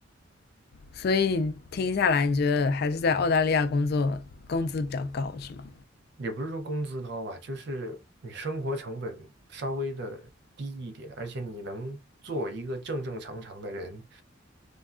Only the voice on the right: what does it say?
也不是说工资高吧，就是你生活成本稍微的低一点，而且你能做一个正正常常的人，